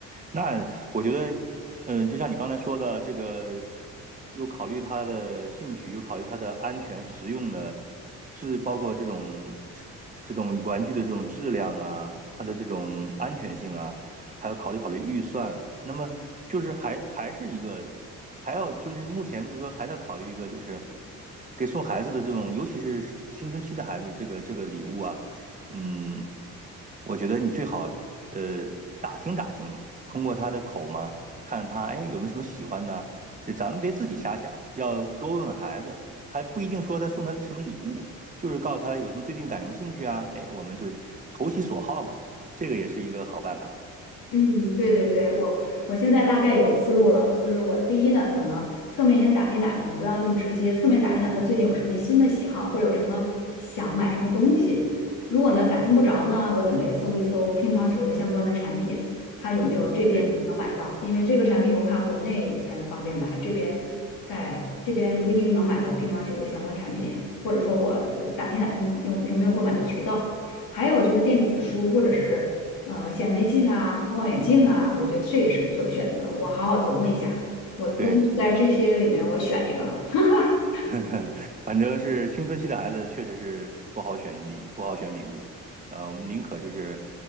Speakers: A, on the right; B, on the left.
A: 那我觉得，嗯，就像你刚才说的，这个又考虑他的兴趣，又考虑他的安全、实用的质，包括这种这种玩具的这种质量啊，它的这种安全性啊，还要考虑考虑预算。那么就是还还是一个，还要就是目前就是说还在考虑一个，就是给送孩子的这种，尤其是青春期的孩子，这个这个礼物啊，嗯，我觉得你最好呃打听打听，通过他的口嘛，看他哎有没有什么喜欢的，所以咱们别自己瞎想，要多问问孩子，他不一定说他送他什么礼物，就是告诉他有什么最近感什么兴趣啊，哎，我们就投其所好嘛，这个也是一个好办法。
B: 嗯，对对对，我我现在大概有个思路了，就是我第一呢，可能侧面先打听打听，不要那么直接，侧面打听打听他最近有什么新的喜好，或者有什么想买什么东西。如果呢打听不着呢，我准备搜一搜乒乓球的相关的产品，看有没有这边能不能买到，
A: 对
B: 因为这个产品又怕国内才能方便买，这边在这边不一定能买到乒乓球的相关产品，或者说我打听打听有有没有购买的渠道。还有就是电子书或者是呃，显微镜啊、望远镜啊，我觉得这也是不错的选择。我好好琢磨一下，我估计就在这些里面我选一个了。
A: 对。
B: <laughs>
A: <laughs> 反正是青春期的孩子，确实是不好选礼，不好选礼物。呃，我们宁可就是